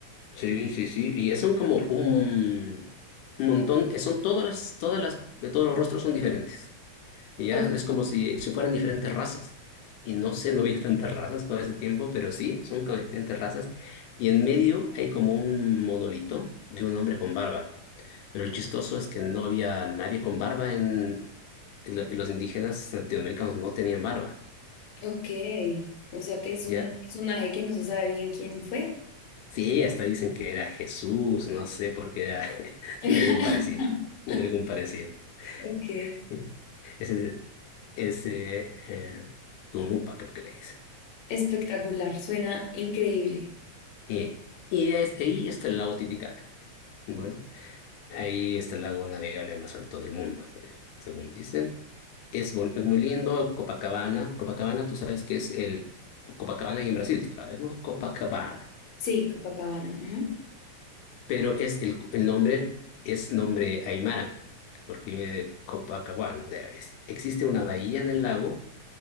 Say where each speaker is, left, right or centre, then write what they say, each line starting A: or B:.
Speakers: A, on the left; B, on the left.
A: sí, sí, sí, y son como un, un montón, son todas las, todas las, todos los rostros son diferentes. Y ya
B: Ok,
A: es como si, si fueran diferentes razas. Y no sé, no veía tantas razas por ese tiempo, pero sí, son como diferentes razas. Y en medio hay como un monolito de un hombre con barba. Pero lo chistoso es que no había nadie con barba en... en lo- en Los indígenas latinoamericanos no tenían barba,
B: ok. O sea que es
A: ¿ya?
B: un personaje que no se sabe bien quién fue.
A: Sí, hasta dicen que era Jesús, no sé por qué era... <laughs>
B: <laughs>
A: Tiene algún parecido, tiene algún parecido. <laughs>
B: Ok.
A: Sí. Ese, ese eh, Tunupa creo que le dicen.
B: Espectacular. Suena increíble.
A: Eh, y es- ahí está el lago Titicaca. Bueno, ahí está el lago navegable más alto del mundo, se- según dicen. Es, bon- es muy lindo, Copacabana. Copacabana, tú sabes que es el... Copacabana y en Brasil, tú sabes, ¿no? Copacabana.
B: Sí, Copacabana. ujú.
A: Pero es el, el nombre es nombre Aymara, porque viene de Copacabana. O sea, es- existe una bahía en el lago